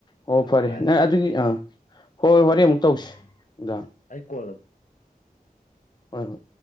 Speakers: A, on the left; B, on the left.
A: ꯑꯣ
B: ꯌꯥꯝ
A: ꯐꯔꯦ
B: ꯅꯨꯡꯉꯥꯏꯔꯦ
A: ꯅꯪ ꯑꯗꯨꯒꯤ
B: ꯐ
A: ꯑꯥ ꯍꯣꯏ ꯍꯣꯏ ꯍꯣꯔꯦ ꯑꯃꯨꯛ ꯇꯧꯁꯤ ꯅꯨꯡꯗꯥꯡ
B: ꯑ ꯑꯩ ꯀꯣꯜ
A: ꯍꯣꯏ ꯍꯣꯏ